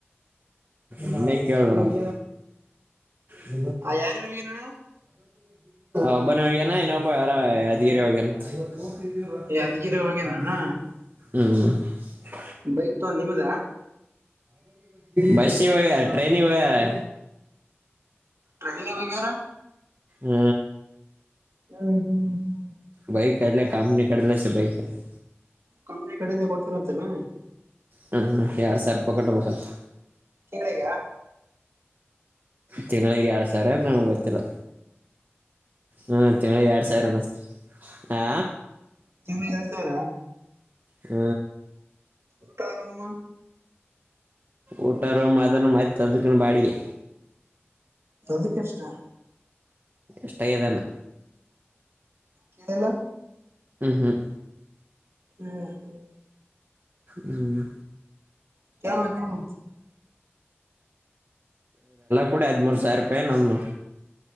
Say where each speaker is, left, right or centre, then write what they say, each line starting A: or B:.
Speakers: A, on the right (about 45°); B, on the right (about 75°).
A: ನೀನೇ ಕೇಳು ನೋಡು <inaudible>
B: ಆ ಯಾರ್ಯಾರು ಹೋಗ್ಯಾರಣ
A: ಒಬ್ಬನೇ ಹೋಗೋಣ ಇಲ್ಲ <unintelligible> ಹ್ಮ್
B: ಯಾದಗಿರಿ ಹೋಗ್ಯಾನನ ಬೈತು ನಿಮ್ದ
A: ಬಸಿ ವ ಟ್ರೈನಿಗೋ ಗಾರೆ
B: ಟ್ರೈನಿಗೋಗರ
A: ಹ
B: ಹ್ಮ್ ಹ್ಮ್ ಹ್ಮ
A: ಬೈಕ್ ಎಲ್ಲ ಕಾಮ ನೀ ಕಳಲ ಬೈಕ <unintelligible>
B: ಕಮ್ಮಿ ಕಡೆಯಿಂದೆ ಕೊಡ್ತಾರ ಅಂತನಾ
A: ಹ್ಮ್ ಹ್ಮ್ಎರಡು ಸಾವಿರ ರೂಪಾಯಿ ಕಟ್ಬಕಂತೆ
B: ತಿಂಗಳಿಗ
A: ತಿಂಗಳಿಗೆ ಎಡ್ ಸರ ನಮ್ಗೆ ಗೊತ್ತಿಲ್ಲ ಹಾ ತಿಂಳ ಎರಡ್ ಸಾವಿರ ಅನ್ನಸ್ತ ಹ
B: ತಿಂಗಳಿಗೆ ಎರಡ್ ಸಾವಿರ
A: ಹ
B: ಊಟಾ ರೂಮ
A: ಊಟಾ ರೂಮ್ ಅದನ್ನು ಮ ಅದಕ್ಕ ಬಾಡಿಗೆ
B: ಅದಕ್ಕೆಷ್ಟ
A: ಎಷ್ಟಾಗದಾನ
B: ಕೇಳಲ <unintelligible>
A: ಹ್ಮ್ ಹ್ಮ್
B: ಹ್ಮ್ ಹ್ಮ್
A: ಹ್ಮ್
B: <unintelligible>
A: ಕೂಡಿ ಹದಿಮೂರು ಸಾವಿರ ರೂಪಾಯಿ ನನ್ನು